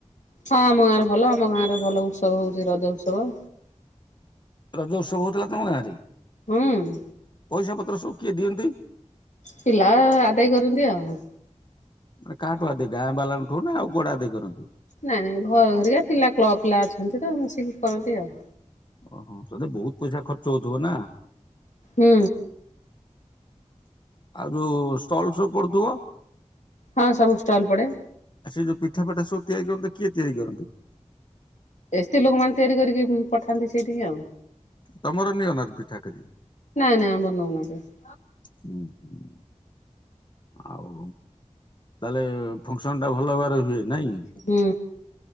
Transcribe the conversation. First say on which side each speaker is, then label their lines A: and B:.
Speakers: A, on the left; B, on the left.
A: ହଁ ଆମ ଗାଁରେ ଭଲ ଆମ ଗାଁ ରେ ଭଲ ଉତ୍ସବ ହଉଛି ରଜ ଉତ୍ସବ।
B: ରଜୋଉତ୍ସବ ହଉଥିଲା ତମ ଗାଁରେ
A: ହୁଁ
B: ପଇସା ପତ୍ର ଶଉ କିଏ ଦିଅନ୍ତି।
A: ପିଲା ଆଦାୟ କରନ୍ତି ଆଉ।
B: ମାନେ କାହାଠୁ ଆଦେଇ ଗାଁ ବାଲାଙ୍କଠୁ ନା ଆଉ କୁଆଡୁ ଆଦାୟ କରନ୍ତି।
A: ନାଇଁ ନାଇଁ ଘରରିକ ପିଲା କ୍ଲବ ପିଲା ଅଛନ୍ତି ତ ସେ କରନ୍ତି ଆଉ।
B: ଓହୋ ତତେ ବହୁତ ପଇସା ଖର୍ଚ୍ଚ ହଉଥିବ ନା।
A: ହୁଁ।
B: ଆଉ ଯୋଉ ଷ୍ଟଲ ସୋଉ ପଡୁଥିବ।
A: ହଁ ସବୁ ଷ୍ଟଲ୍ ପଡେ।
B: ଆ ସେ ଯୋଉ ପିଠା ଫିଟା ସବୁ ତିଆରି କରନ୍ତି କିଏ ତିଆରି କରନ୍ତି।
A: ଏସ୍ତେ ଲୋକମାନେ ତିଆରି କରିକି ପଠାନ୍ତି ସେଇଠିକି ଆଉ।
B: ତମର ନିଅନାଥ ପିଠା କରି
A: ନାଇଁ ନାଇଁ ଆମର ନଉନା କେଭେ।
B: ହୁଁ ହୁଁ। ଆଉ ତାହେଲେ ଫଙ୍କସନ ଟା ଭଲ ଭାବରେ ହୁଏ ନାଇଁ।
A: ହୁଁ।